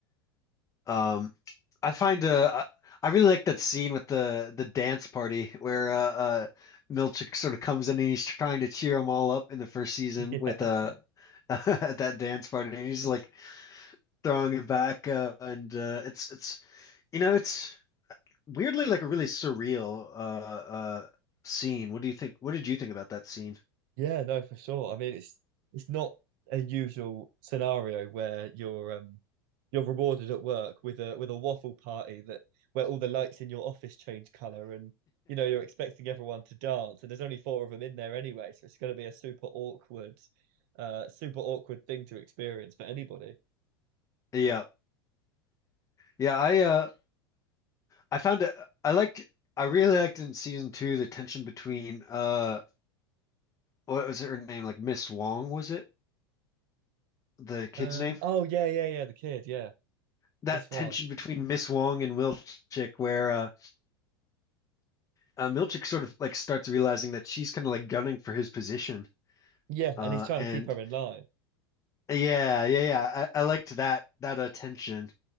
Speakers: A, on the left; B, on the right.
A: um I find uh I really like that scene with the the dance party where uh, uh Milchick sort of comes in and he's trying to cheer them all up in the first season
B: <laughs>
A: with uh <laughs> at that dance party and he's like throwing it back uh, and uh, it's it's you know it's weirdly like a really surreal uh uh scene. What do you think? What did you think about that scene? <laughs>
B: Yeah, yeah, no, for sure. I mean, it's it's not a usual scenario where you're um you're rewarded at work with a with a waffle party that where all the lights in your office change color and you know you're expecting everyone to dance and there's only four of them in there anyway so it's going to be a super awkward uh super awkward thing to experience for anybody
A: Yeah. Yeah, I uh I found it I liked I really liked in season two the tension between uh what was her name? Like Miss Wong was it? The kid's
B: um
A: name?
B: oh yeah yeah yeah the kid yeah
A: That
B: this one
A: tension between Miss Wong and Milchick where uh, uh Milchick sort of like starts realizing that she's kind of like gunning for his position.
B: yeah
A: Uh
B: and he's trying
A: and
B: to keep her in line
A: yeah, yeah, yeah. I, I liked that that uh, tension.